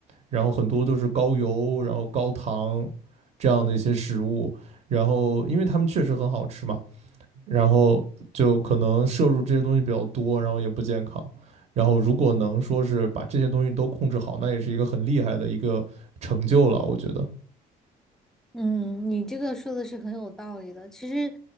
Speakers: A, on the right; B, in the centre.
A: 然后很多都是高油，然后高糖这样的一些食物，然后因为他们确实很好吃嘛，然后就可能摄入这些东西比较多，然后也不健康。然后如果能说是把这些东西都控制好，那也是一个很厉害的一个成就了，我觉得。
B: 嗯，你这个说的是很有道理的。其实，